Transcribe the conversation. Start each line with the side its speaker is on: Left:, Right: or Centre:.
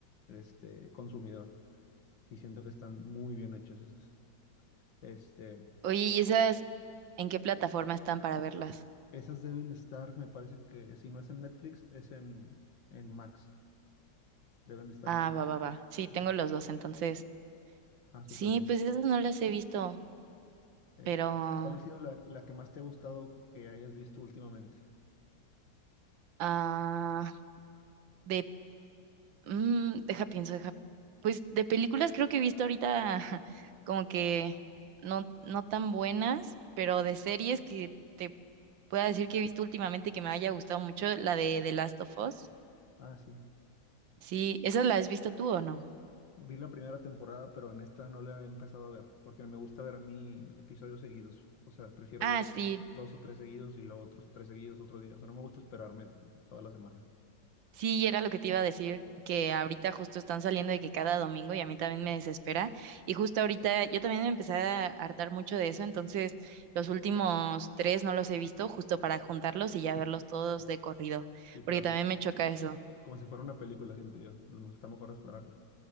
Left: este, consumidor. Sí, siento que están muy bien hechas esas. Este,
Right: Oye, ¿y esas en qué plataforma están para verlas?
Left: esas deben estar, me parece que si no es en Netflix, es en, en Max. Deben de estar
Right: Ah,
Left: en...
Right: va, va, va. Sí,
Left: Sí.
Right: tengo los dos, entonces.
Left: Ah, súper
Right: Sí,
Left: bien.
Right: pues esas no las he visto,
Left: Eh,
Right: pero
Left: ¿cuál ha sido la, la que más te ha gustado que hayas visto últimamente?
Right: ah, de mm, deja pienso, deja pues de películas creo que he visto ahorita <laughs> como que no no tan buenas, pero de series que te pueda decir que he visto últimamente que me haya gustado mucho la de The Last of Us.
Left: Ah, sí.
Right: Sí, ¿esa la has visto tú o no?
Left: Vi la primera temporada, pero en esta no la he empezado a ver, porque me gusta ver a mí episodios seguidos. O sea, prefiero
Right: Ah,
Left: ver
Right: sí.
Left: dos o tres seguidos y luego otros tres seguidos otro día. O sea, no me gusta esperarme toda la semana.
Right: Sí, era lo que te iba a decir, que ahorita justo están saliendo de que cada domingo y a mí también me desespera. Y justo ahorita yo también me empecé a hartar mucho de eso, entonces los últimos tres no los he visto justo para juntarlos y ya verlos todos de corrido,
Left: Sí, claro.
Right: porque también me choca eso.
Left: Como si fuera una película, siento yo. Lo mejor- Está mejor esperarlos.